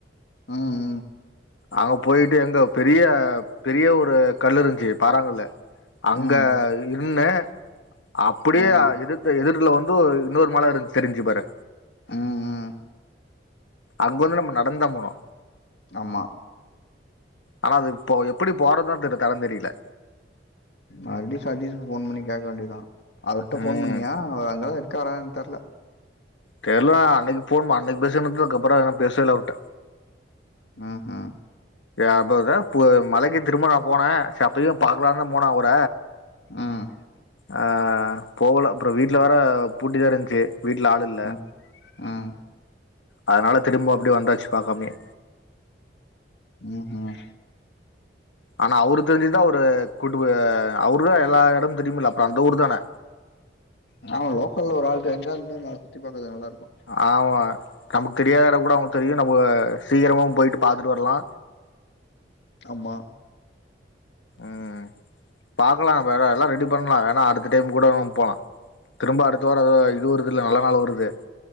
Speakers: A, on the left; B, on the left.
A: ம்
B: அங்க போயிட்டு எங்க பெரிய பெரிய ஒரு கல்லு இருந்துச்சு பாராங்கல்லு அங்க
A: ம்
B: இருன்னு அப்டியே
A: ம்
B: எதுக் எதிர்ல வந்து இன்னோரு மல இருந் தெரிஞ்சு பாரு
A: ம் ம்
B: அங்க வந்து நம்ம நடந்துதா போனு
A: ஆமா
B: ஆனா அது இப்போ எப்டி போறதுன்னு தெரிய தடோ தெரியல
A: மறுபடியு சதீஷ்கு ஃபோன் பண்ணி கேக்க வேண்டியதா அவர்ட
B: ம்
A: போன் பண்ணியா அவர் அங்கதா இருக்காரானு தெர்ல
B: தெர்லடா அன்னைக்கு போன் அன்னைக்கு பேசுது அப்புறம்னா பேசவே இல்ல அவர்ட
A: ம் ம்
B: அப்ப போ மலைக்கு திரும்ப நா போனே செரி அப்பயு பாக்கலானுதா போன அவர
A: ம்
B: ஆ போகல அப்றோ வீட்ல வேற பூட்டிதா இருந்துச்சு வீட்ல ஆள் இல்ல
A: ம் ம்
B: அதனால திரும்ப அப்டியே வந்தாச்சு பாக்காமயே
A: ம் ம்
B: ஆனா அவரு தெரிஞ்சுதா அவரு கூட்டு அவரு தா எல்லா எடமு தெரியும்ல அப்புற அந்த ஊர் தானே
A: நாங்க லோக்கல்ல ஒரு ஆள் இருந்தா இன்னு நல்லா சுத்தி பாத்துருக்கலா நல்லா இருக்கு
B: ஆமா நமக்கு தெரியாத எடங்கூட அவங்களுக்கு தெரியு நம்ம சீக்கிரமாகவு போயிட்டு பாத்துட்டு வர்லா
A: ஆமா
B: ம் பாக்கலா வேற எல்லா ரெடி பண்லா வேன்னா அடுத்த டைம் கூட ம் போலாம் திரும்ப அடுத்த வாரோ எதோ இது வருதுல்ல நல்ல நாள் வருது